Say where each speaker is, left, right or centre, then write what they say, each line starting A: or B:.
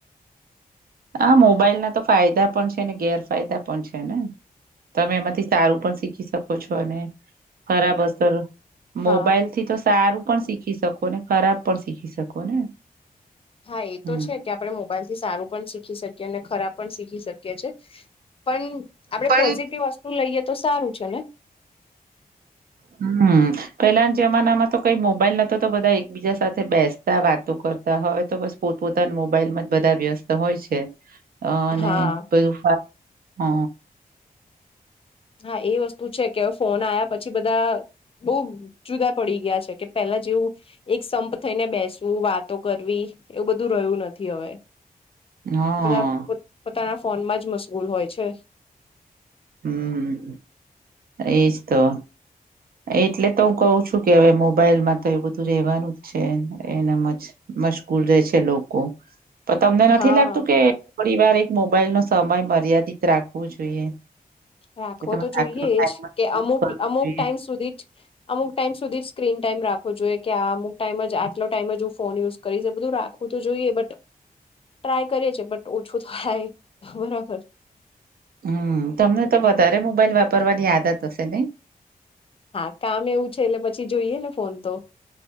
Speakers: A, on the right; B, on the left.
A: હા મોબાઈલ ના તો ફાયદા પણ છે ને ગેરફાયદા પણ છે ને તમે એમાંથી સારું પણ શીખી શકો છો અને ખરાબ અસર મોબાઈલ
B: હા
A: થી તો સારું પણ શીખી શકો ને ખરાબ પણ શીખી શકો ને
B: હા એ
A: હમ
B: તો છે કે આપણે મોબાઈલ થી સારું પણ શીખી શકીએ અને ખરાબ પણ શીખી શકીએ છે પણ આપડે
A: પણ
B: પોઝિટિવ વસ્તુ લઈએ તો સારું છે ને
A: હમ પેલાના જમાનામાં તો કઈ મોબાઈલ નતો તો બધા એકબીજા સાથે બેસતા વાતો કરતા હવે તો બસ પોતપોતાના મોબાઈલમાં જ બધા વ્યસ્ત હોય છે અ અને
B: હા
A: પેલું <unintelligible> હ
B: હા એ વસ્તુ છે કે ફોન આવ્યા પછી બધા બઉુ જુદા પડી ગયા છે કે પેલા જેવું એક સંપ થઈને બેસવું વાતો કરવી એવું બધું રહ્યું નથી હવે
A: હા
B: બધા પોતાના ફોનમાં જ મશગૂલ હોય છે
A: <inaudible> હમ એજ તો એટલે તો હું કહઉ છું કે હવે મોબાઈલમાં તો એ બધું રેવાનું જ છે એનામ જ મશ્ગુર રહેે છે લોકો પણ તમને નથી
B: હા
A: લાગતું કે થોડી વાર એક મોબાઈલ નો સમય મર્યાદિત રાખવો જોઈએ
B: રાખવો
A: કે તમારે
B: તો જોઈએ
A: આટલો
B: જ
A: ટાઈમ
B: કે
A: યુઝ
B: અમુક
A: કરવો
B: અમુક
A: જોઈએ.
B: ટાઈમ સુધી જ અમુક ટાઈમ સુધી જ સ્ક્રીન ટાઈમ રાખો જોઈએ કે આ અમુક ટાઈમ આટલો ટાઈમ જ હું ફોન યુસ કરી છે બધું રાખવું તો જોઈએ બટ ટ્રાય કરીએ છે બટ ઓછું થ થાય બરાબર
A: હમ તમને તો વધારે મોબાઈલ વાપરવાની આદત હશે નહી.
B: હા કામ એવું છે એટલે પછી જોઈએ ને ફોન તો.